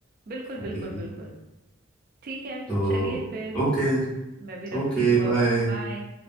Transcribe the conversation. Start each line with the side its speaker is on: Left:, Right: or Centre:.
Right: बिल्कुल
Centre: अभी
Right: बिल्कुल बिल्कुल ठीक है
Centre: तो
Right: चलिए फिर
Centre: ओके
Right: मैं भी रखती
Centre: Okay
Right: हूँ अब
Centre: bye
Right: बाय